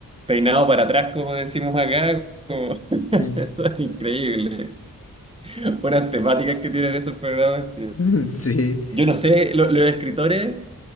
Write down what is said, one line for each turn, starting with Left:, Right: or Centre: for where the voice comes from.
Right: peinado para atrás, como decimos acá. como- <laughs>
Left: Mm.
Right: Eso es increíble. Buenas temáticas que tienen esos programas.
Left: <laughs> Sí,
Right: Yo no sé, lo- los escritores.